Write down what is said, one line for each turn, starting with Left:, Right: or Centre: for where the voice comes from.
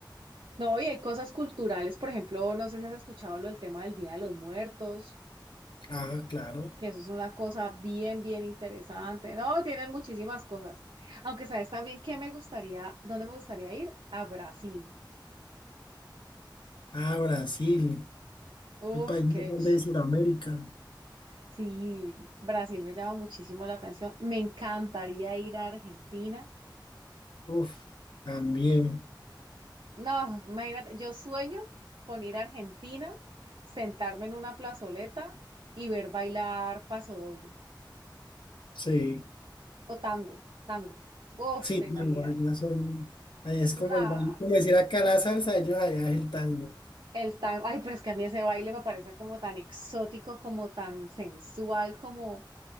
Right: No, y hay cosas culturales. Por ejemplo, no sé si has escuchado lo del tema del Día de los Muertos.
Left: Ah, claro.
Right: que eso es una cosa bien, bien interesante. No, tienen muchísimas cosas. Aunque sabes también que me gustaría, dónde me gustaría ir, a Brasil.
Left: Ah, Brasil, el
Right: Uf,
Left: país más
Right: qué
Left: grande
Right: ch...
Left: de Sudamérica.
Right: Sí, Brasil me llama muchísimo la atención. Me encantaría ir a Argentina.
Left: Uf, también,
Right: No, imagínate, yo sueño con ir a Argentina, sentarme en una plazoleta y ver bailar pasodoble
Left: sí.
Right: o tango, tango. Uf,
Left: Sí,
Right: te imaginas.
Left: el vallenato son- allá es
Right: No.
Left: como el baile, como decir acá la salsa, ellos allá es el tango.
Right: El tango, ay, pero es que a mí ese baile me parece como tan exótico, como tan sensual, como,